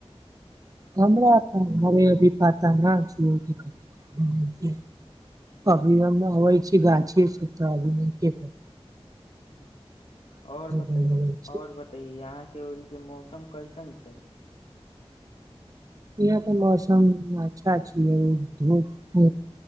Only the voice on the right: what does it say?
हम तरभी पता न छ अभिव अबै छै गाय छ सप्त अभ नहि एक
बनबै छी
इाँ तऽ मौसम अच्छा छियै धूप